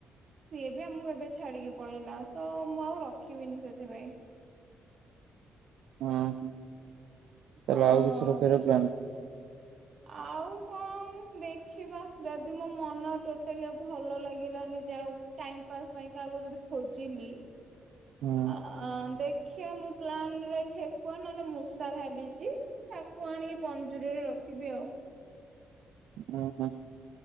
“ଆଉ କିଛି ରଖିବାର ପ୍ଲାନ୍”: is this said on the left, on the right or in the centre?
Right